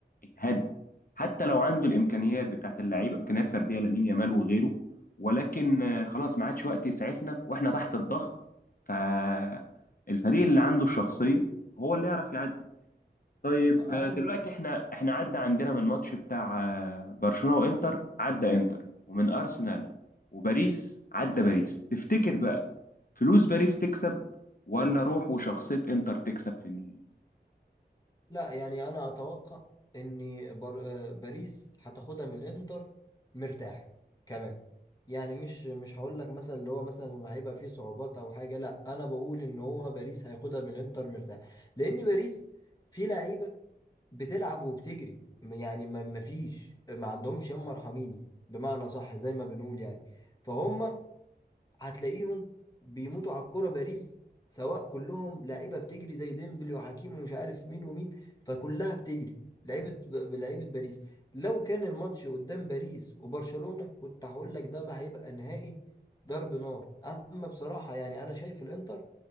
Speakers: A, on the left; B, on the left.
A: هد حتى لو عنده الامكانيات بتاعت اللعيبه امكانيات فرديه لامين يامال وغيره ولكن آه، خلاص ما عادش وقت يسعفنا واحنا تحت الضغط فالفريق اللي عنده الشخصيه هو اللي يعرف يعدي طيب
B: انا
A: آه، دلوقتي احنا احنا عدى عندنا من ماتش بتاع آه، برشلونه وانتر عدى انتر ومن ارسنال وباريس عدى باريس تفتكر بقى فلوس باريس تكسب ولا روح وشخصيه انتر تكسب في النهائي
B: لا يعني انا اتوقع ان بر... آه، باريس هتاخدها من الانتر مرتاح كمان يعني مش مش هقول لك مثلا اللي هو مثلا هيبقى فيه صعوبات او حاجه لا انا بقول ان هو باريس هياخدها من الانتر مرتاح لان باريس في لعيبه بتلعب وبتجري م- يعني ما ما فيش ما عندهمش يما ارحميني بمعنى صح زي ما بنقول يعني فهم هتلاقيهم بيموتوا على الكرة باريس سواء كلهم لعيبة بتجري زي ديمبلي وحكيمي ومش عارف مين ومين فكلها بتجري لعيبة لعيبة باريس لو كان الماتش قدام باريس وبرشلونة كنت هقول لك ده ما هيبقى نهائي ضرب نار اما بصراحة يعني انا شايف الانتر